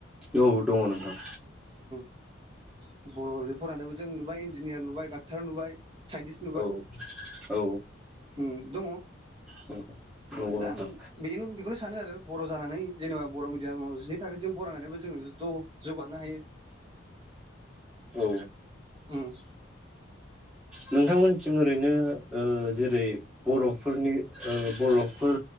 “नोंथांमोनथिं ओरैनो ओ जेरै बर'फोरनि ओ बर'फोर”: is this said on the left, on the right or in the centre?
Centre